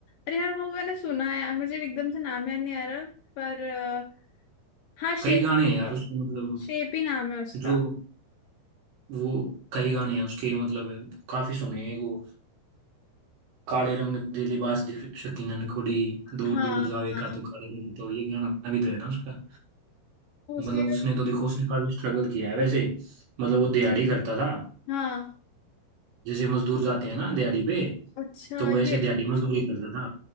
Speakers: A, on the left; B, on the right.
A: अरे यार वो मैंने सुना है यार मुझे एकदम से नाम याद नहीं आ रहा पर अ, हाँ शेप
B: कई गाने हैं यार उसके मतलब
A: शेप ही नाम है उसका
B: जो वो कई गाने हैं उसके मतलब काफी सुने हैं वो काले रंग दे लिबास दी शकीनन कुड़ी
A: हाँ
B: दूर दूर जावे
A: हाँ
B: का तो काले रंग तो ये गाना भी तो है ना उसका
A: तो उसके
B: मतलब उसने तो देखो उसने काफी स्ट्रगल किया है वैसे मतलब वो दिहाड़ी करता था
A: हाँ
B: जैसे मजदूर जाते हैं ना दिहाड़ी पे
A: अच्छा
B: तो वो ऐसे
A: ये
B: दिहाड़ी मजदूरी करता था